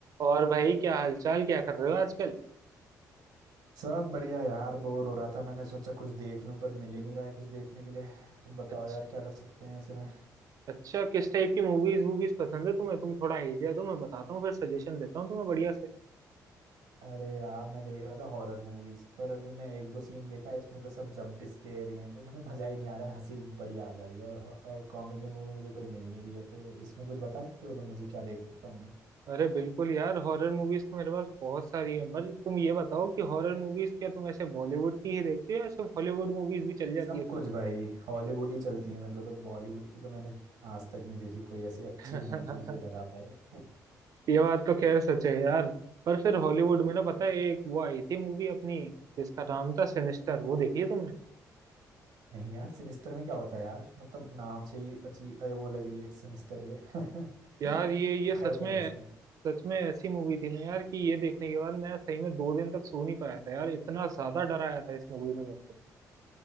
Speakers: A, on the right; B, on the right.
A: और भाई क्या हालचाल क्या कर रहे हो आजकल
B: सब बढ़िया यार बोर हो रहा था मैंने सोचा कुछ देख लूं पर मिल ही नहीं रहा है कुछ देखने के लिए तुम बताओ
A: अच्छा
B: यार क्या कर सकते हैं ऐसे में
A: अच्छा किस टाइप की मूवीज वूवीज पसंद है तुम्हें तुम थोड़ा आइडिया दो मैं बताता हूँ फिर सजेशन देता हूँ तुम्हें बढ़िया से
B: अरे यार मैं देख रहा था हॉरर मूवीज पर अभी मैं एक दो सीन देखा इसमें तो सब जंप स्केयर ही हैं तो मुझे मजा ही नहीं आ रहा है हंसी बड़ी आ जा रही है और कॉमेडी मूवी मुझे कोई मिल नहीं रही है तो इसमें कुछ बता सकते हो तुम मुझे क्या देख सकता हूँ मैं
A: अरे बिल्कुल यार हॉरर मूवीज तो मेरे पास बहुत सारी हैं पर तुम ये बताओ कि हॉरर मूवीज क्या तुम ऐसे बॉलीवुड की ही देखते हो या सिर्फ हॉलीवुड मूवीज भी चल जाती
B: सब
A: है तुम
B: कुछ भाई हॉलीवुड ही चलती है मेरे को तो बॉलीवुड की तो मैंने आज तक नहीं देखी कोई ऐसी अच्छी
A: <laughs>
B: मूवी जो मुझे डरा पाए
A: ये बात तो खैर सच है यार पर फिर हॉलीवुड में ना पता है एक वो आई थी मूवी अपनी जिसका नाम था सिनिस्टर वो देखी है तुमने
B: नहीं यार सिनिस्टर में क्या होता है यार मतलब नाम से ही अच्छी अरे वो लग रही है सिनिस्टर ये <laughs> क्या
A: यार ये ये सच
B: होता
A: में
B: है इसमें
A: सच में ऐसी मूवी थी ना यार कि ये देखने के बाद मैं सही में दो दिन तक सो नहीं पाया था यार इतना ज्यादा डराया था इस मूवी ने मेरे को